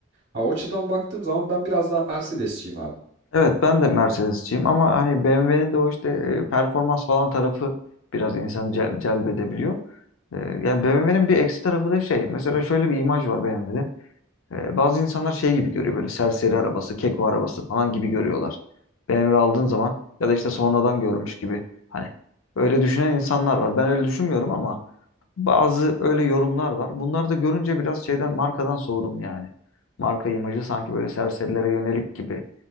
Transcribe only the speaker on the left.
Evet ben de Mercedes'ciyim ama hani BMW'nin de o işte e, performans falan tarafı biraz insanı cel- celbedebiliyor. E, yani BMW'nin bir eksi tarafı da şey. Mesela şöyle bir imaj var BMW'de. E, bazı insanlar şey gibi görüyor böyle serseri arabası, keko arabası falan gibi görüyorlar. BMW aldığın zaman ya da işte sonradan görmüş gibi. Hani öyle düşünen insanlar var. Ben öyle düşünmüyorum ama Bazı öyle yorumlar var. Bunları da görünce biraz şeyden markadan soğudum yani. Marka imajı sanki böyle serserilere yönelik gibi